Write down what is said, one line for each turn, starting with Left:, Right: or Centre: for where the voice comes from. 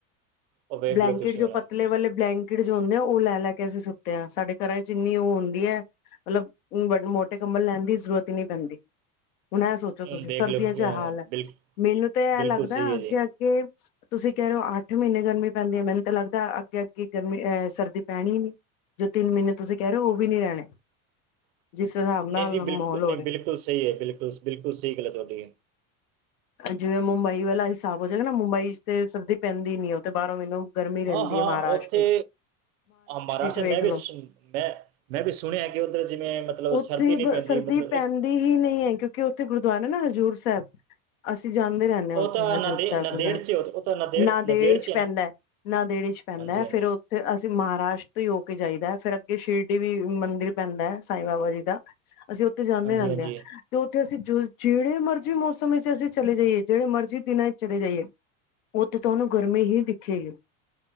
Right: ਉਹ ਵੇਖ
Left: ਬਲੈਂਕੀਟ
Right: ਲਿਓ ਤੁਸੀਂ
Left: ਜੋ
Right: ਉਹਨੂੰ
Left: ਪਤਲੇ ਵਾਲੇ ਬਲੈਂਕ ਬਲੈਂਕੀਟ ਜੋ ਹੁੰਦੇ ਆ ਉਹ ਲੈ ਲੈ ਕੇ ਅਸੀਂ ਸੁੱਤੇ ਹਾਂ ਸਾਡੇ ਘਰਾਂ 'ਚ ਇੰਨੀ ਉਹ ਹੁੰਦੀ ਐ। ਮਤਲਬ ਉਂ ਮੋਟੇ ਕੰਬਲ ਲੈਣ ਦੀ ਜ਼ਰੂਰਤ ਈ ਨੀਂ ਪੈਂਦੀ। ਹੁਣ ਇਹ ਸੋਚੋ
Right: ਹੂੰ,
Left: ਤੁਸੀਂ
Right: ਦੇਖ
Left: ਸਰਦੀਆਂ
Right: ਲਓ ਕਿ,
Left: 'ਚ ਆ
Right: ਅਹ,
Left: ਹਾਲ
Right: ਬਿਲ
Left: ਮੈਨੂੰ ਤੇ
Right: ਬਿਲਕੁਲ
Left: ਇਹ ਲੱਗਦਾ
Right: ਸਹੀ ਹੈ
Left: ਅੱਗੇ-
Right: ਜੀ
Left: ਅੱਗੇ ਤੁਸੀਂ ਕਹਿਨੇ ਉਂ ਅੱਠ ਮਹੀਨੇ ਗਰਮੀ ਪੈਂਦੀ ਆ ਮੈਨੂੰ ਤਾਂ ਲੱਗਦਾ ਅੱਗੇ - ਅੱਗੇ ਗਰਮੀ ਅਹ ਸਰਦੀ ਪੈਣੀ ਨੀ। ਜੋ ਤਿੰਨ ਮਹੀਨੇ ਤੁਸੀਂ ਕਹਿ ਰਹੇ ਹੋ ਉਹ ਵੀ ਨੀ ਰਹਿਣੇ।
Right: <inaudible>
Left: ਜਿਸ ਹਿਸਾਬ ਨਾਲ
Right: ਨਹੀਂ ਜੀ, ਬਿਲਕੁਲ
Left: ਮਾਹੌਲ ਹੋ
Right: ਨਹੀਂ
Left: ਰਿਹਾ
Right: ਬਿਲਕੁਲ ਸਹੀ ਹੈ ਬਿਲਕੁਲ ਬਿਲਕੁਲ ਸਹੀ ਗੱਲ ਐ ਤੁਹਾਡੀ।
Left: ਜਿਵੇਂ ਮੁੰਬਈ ਵਾਲਾ ਹਿਸਾਬ ਹੋ ਜਾਏਗਾ ਨਾ ਮੁੰਬਈ 'ਚ ਤੇ ਸਰਦੀ ਪੈਂਦੀ ਨੀ ਉਹ ਤੇ ਬਾਹਰੋਂ ਮੈਨੂੰ ਗਰਮੀ ਰਹਿੰਦੀ
Right: ਹਾਂ - ਹਾਂ
Left: ਹੈ ਮਹਾਰਾਸ਼ਟਰ
Right: ਉੱਥੇ
Left: ਚ
Right: ਮਹਾਰਾਸ਼ਟਰ
Left: ਚ ਵੇਖ
Right: ਮੈਂ ਵੀ
Left: ਲੋ
Right: ਮੈਂ -ਮੈਂ ਵੀ ਸੁਣਿਆ ਕਿ ਉੱਧਰ ਜਿਵੇਂ ਮਤਲਬ ਸ
Left: ਉੱਥੇ
Right: ਸਰਦੀ ਨੀ ਪੈਂਦੀ
Left: ਸਰਦੀ
Right: ਮਤਲਬ ਕਿ।
Left: ਪੈਂਦੀ ਹੀ ਨੀਂ ਐ ਕਿਉਂਕਿ ਉੱਥੇ ਗੁਰਦੁਆਰਾ ਨਾ ਹਜ਼ੂਰ ਸੈਬ। ਅਸੀਂ ਜਾਦੇ ਰਹਿੰਨੇ ਜਾਨੇ ਰਹਿੰਦੇ
Right: ਉਹ
Left: ਉੱਥੇ
Right: ਤਾਂ
Left: ਹਜ਼ੂਰ
Right: ਨਦੇ
Left: ਸਾਹਿਬ
Right: ਨਦੇੜ
Left: ਗੁਰਦੁਵਾਰਾ
Right: ਚ ਉਹ ਤਾਂ ਨਦੇੜ
Left: ਨਾਂਦੇੜ
Right: ਨਦੇੜ
Left: 'ਚ
Right: ਹੈ
Left: ਪੈਂਦਾ
Right: ਨਾ
Left: ਨਾਂਦੇੜ 'ਚ ਪੈਂਦਾ
Right: ਹਾਂਜੀ ਹਾਂਜੀ
Left: ਫੇਰ ਉੱਥੇ ਫਿਰ ਅਸੀਂ ਮਹਾਰਾਸ਼ਟਰ ਹੀ ਹੋ ਕੇ ਜਾਈਦਾ ਫਿਰ ਅੱਗੇ ਸ੍ਰੀਰੜੀ ਵੀ ਮੰਦਿਰ ਪੈਂਦਾ ਐ ਸਾਈ ਬਾਬਾ ਜੀ ਦਾ। ਅਸੀਂ ਉੱਥੇ ਜਾਂਦੇ
Right: ਹਾਂਜੀ
Left: ਰਹਿੰਦੇ
Right: ਹਾਂਜੀ
Left: ਆ ਤੇ ਉੱਥੇ ਅਸੀਂ ਜਿਹੜੇ ਮਰਜ਼ੀ ਮੌਸਮ ਵਿੱਚ ਅਸੀਂ ਚਲੇ ਜਾਈਏ ਜਿਹੜੇ ਮਰਜ਼ੀ ਦਿਨਾਂ 'ਚ ਚਲੇ ਜਾਈਏ। ਉੱਥੇ ਤੁਹਾਨੂੰ ਗਰਮੀ ਹੀ ਦਿਖੇਗੀ